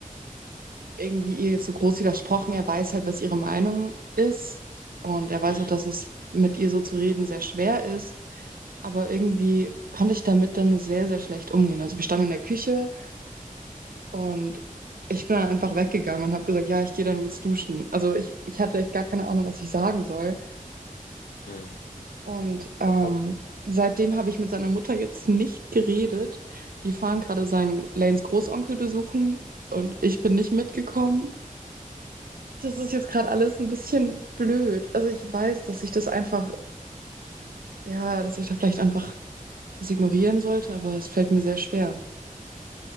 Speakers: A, on the right; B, on the left.
A: irgendwie ihr jetzt so groß widersprochen. Er weiß halt, was ihre Meinung ist. Und er weiß
B: mm,
A: auch, dass es mit ihr so zu reden sehr schwer ist. Aber irgendwie konnte ich damit dann nur sehr, sehr schlecht umgehen. Also wir standen in der Küche Und ich bin dann einfach weggegangen und habe gesagt, ja, ich gehe dann jetzt duschen. Also ich, ich hatte echt gar keine Ahnung, was ich sagen soll.
B: mm.
A: Und ähm,
B: Oh,
A: seitdem habe ich mit seiner Mutter jetzt nicht geredet. Die fahren gerade seinen Lanes Großonkel besuchen und ich bin nicht mitgekommen. Das ist jetzt gerade alles ein bisschen blöd. Also ich weiß, dass ich das einfach, ja, dass ich da vielleicht einfach das ignorieren sollte, aber es fällt mir sehr schwer.